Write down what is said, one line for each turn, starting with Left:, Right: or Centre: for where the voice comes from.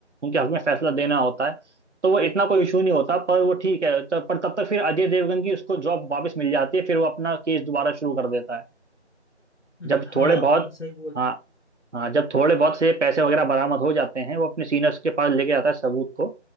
Right: उनके हक में फैसला देना होता है तो वो इतना कोई इशू नहीं होता
Left: जी
Right: पर
Left: जी
Right: वो ठीक है तब पर तब तक फिर अजय देवगन की उसको जॉब वापस मिल जाती है फिर वो अपना केस दोबारा शुरू कर देता है
Left: हम्म,
Right: जब
Left: हाँ
Right: थोड़े बहुत
Left: हाँ सही बोल
Right: हाँ हाँ जब थोड़े बहुत से पैसे वगैरह बरामद हो जाते हैं वो अपने सीनियर्स के पास लेके आता है सबूत को